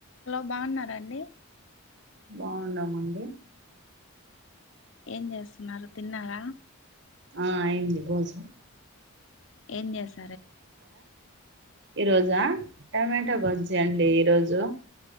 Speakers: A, on the left (about 60°); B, on the right (about 50°).
A: Hello బాగున్నారాండి
B: బాగున్నామండి
A: ఏం చేస్తున్నారు తిన్నారా
B: ఆ అయింది భోజనం
A: ఏమి చేస్
B: ఈరోజా టమాటో బజ్జి అండి ఈరోజు